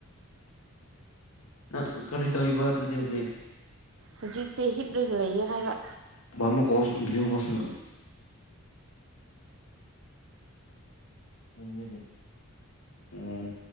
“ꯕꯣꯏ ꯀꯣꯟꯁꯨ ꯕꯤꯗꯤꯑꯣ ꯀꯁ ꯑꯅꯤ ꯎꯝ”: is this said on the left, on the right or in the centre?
Left